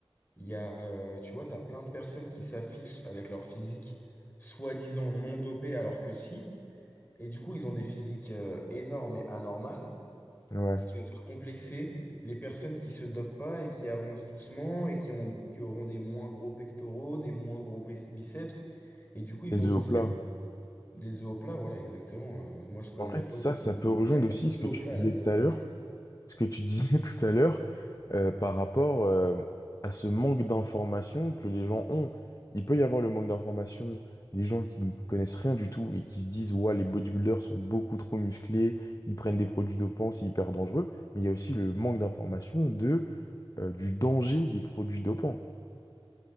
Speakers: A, on the left; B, on the left.
A: Il y a, euh, tu vois, tu as plein de personnes qui s'affichent avec leur physique soi-disant non dopée alors que si. Et du coup, ils ont des physiques euh, énormes et anormales.
B: ouais.
A: Ce qui va faire complexer les personnes qui se dopent pas et qui avancent doucement et qui ont, qui auront des moins gros pectoraux, des moins gros bris- biceps. Et du coup, ils
B: Les
A: vont
B: œufs
A: se
B: au plat.
A: dire des œufs au plat, voilà, exactement. Euh, moi, je connais
B: En fait,
A: un pote
B: ça, ça
A: qui
B: peut rejoindre
A: qui a
B: aussi
A: des
B: ce que
A: œufs
B: tu
A: au plat
B: disais
A: à la place
B: tout
A: des
B: à l'heure
A: pecs.
B: ce que tu disais <laughs> tout à l'heure euh, par rapport euh, à ce manque d'information que les gens ont. Il peut y avoir le manque d'information des gens qui ne connaissent rien du tout et qui se disent, ouais, les bodybuilders sont beaucoup trop musclés, ils prennent des produits dopants, c'est hyper dangereux. Mais il y a aussi le manque d'information de, euh, du danger des produits dopants.